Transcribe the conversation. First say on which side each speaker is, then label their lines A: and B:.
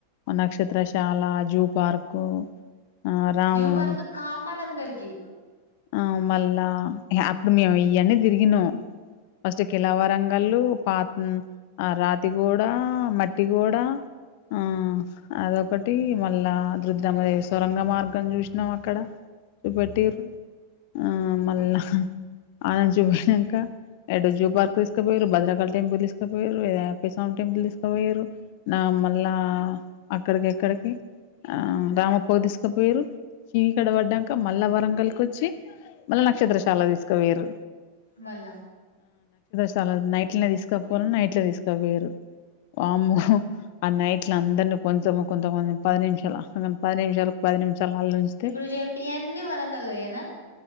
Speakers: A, on the left; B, on the left.
A: నక్షత్రశాల జూ పార్కు ఆ రామ
B: న్యూ పార్క్ కామానందరికి
A: ఆ మళ్ళా అప్పుడు మేము ఇయ్యన్నీ తిరిగినం ఫస్ట్ కిలా వరంగల్లు పా ఆ రాజ కూడా మట్ ఇటి కూడా ఆ అదొకటి మళ్ళా రుద్రమదేవీ సొరంగ మార్గం చూసినాం అక్కడ చూపెట్టిర్రు ఆ మళ్ళ ఆనంద చూపయాక ఎటో జూ పార్క్ తీసుకపోయారు భద్రకాళి టెంపుల్ తీసు తీసుకపోర్రు అయ్యప్ప స్వామి టెంపుల్ తీసుకుపోయారు నా మళ్ళా అక్కడికి ఎక్కడికి ఆ రామప్పకు తీసుకపోయారు చీకటి పడ్డాక మళ్ళా వరంగల్కి వచ్చి మళ్ళా నక్షత్రశాల తీసుకుపోయారు
B: మళ్ళ
A: చాల నైట్ల తీసుక నైట్ లో తీసుకపోయ్రు వామ్మో ఆ నైట్ల అందరినీ కొంచెం కొంత కొ పది నిమిషాలు పది నిమిషాల పది నిమిషాలు అల్ల ఉంచితే
B: ఇప్పుడు ను చెప్పి అన్ని వరంగల్లోయనా